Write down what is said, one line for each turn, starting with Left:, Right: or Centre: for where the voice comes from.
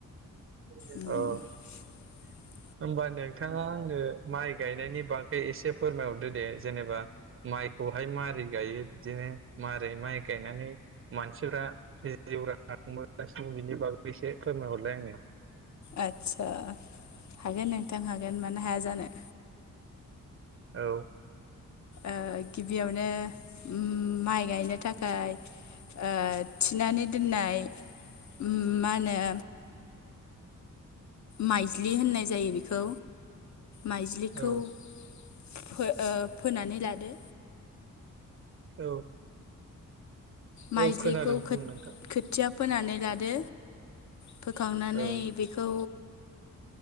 Right: ओ।
Left: उम <inaudible>
Right: होमबा नोंथाङा आंनो माइ गायनायनि बागै एसे फोरमायहरदो दे जेनेबा माइखौहाय मारै गायो बिदिनो मारै माइ गायनानै मानसिफ जिउ राहा खुंबोगासिनो बिनि बागै एसे फोरमायहरलाय आंनो।
Left: आदसा हागोन नोंथां हागोन मानो हाया जानो।
Right: औ।
Left: ओ गिबियावनो उम माइ गायनो थाखाय ओ थिनानै दोननाय उम मा होनो माइज्लि होननाय जायो बेखौ। माइज्लिखौ
Right: औ
Left: फो ओ फोनानै लादो।
Right: औ।
Left: माइज्लिखौ
Right: औ खोनादों बुं
Left: खोथ-खोथिया
Right: नोंथां
Left: फोनानै लादो। फोखांनानै
Right: औ ओं
Left: बेख खौ